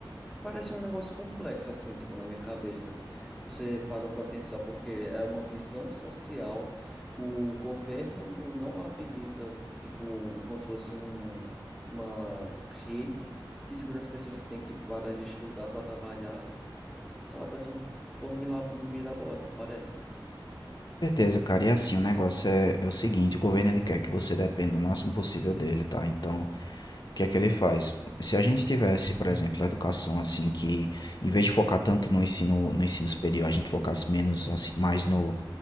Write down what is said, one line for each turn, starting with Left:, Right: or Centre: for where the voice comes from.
Centre: Parece um negócio complexo, assim, tipo, na minha cabeça. Você parou para pensar, porque é uma visão social, o governo não habilita, tipo, como se fosse um, uma rede que segura as pessoas que têm que parar de estudar para trabalhar. Sei lá, parece um plano mila- mirabolante, não parece?
Left: certeza, cara. E assim, o negócio é, é o seguinte, o governo ele quer que você dependa o máximo possível dele, tá? Então, o que é que ele faz? Se a gente tivesse, por exemplo, a educação assim que em vez de focar tanto no ensino, no ensino superior, a gente focasse menos assim, mais no